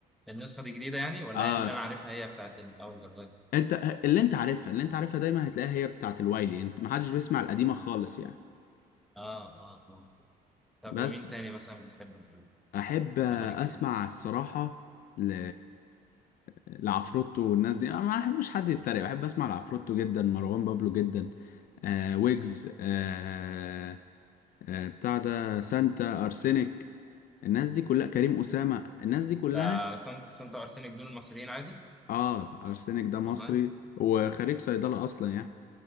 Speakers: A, in the centre; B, on the left.
A: النسخة دي جديدة يعني ولا
B: اه
A: هي اللي انا عارفها هي بتاعت الاول درجات
B: انت اللي انت عارفها اللي انت عارفها دايما هتلاقيها هي بتاعت الوايلي انت محدش بيسمع القديمة خالص يعني
A: اه اه اه طب
B: بس
A: ومين تاني مثلا بتحبه في
B: احب
A: الاغاني الجديدة
B: اسمع الصراحه ل... لعفروتو والناس دي انا ما احبش حد يتريق بحب اسمع لعفروتو جدا مروان بابلو جدا آه ويجز آه آه بتاع ده سانتا ارسينيك الناس دي كلها كريم اسامه الناس دي كلها
A: ده سان- سانتا وارسينك دول المصريين عادي
B: اه ارسينيك ده مصري
A: والله
B: وخريج صيدله اصلا يعني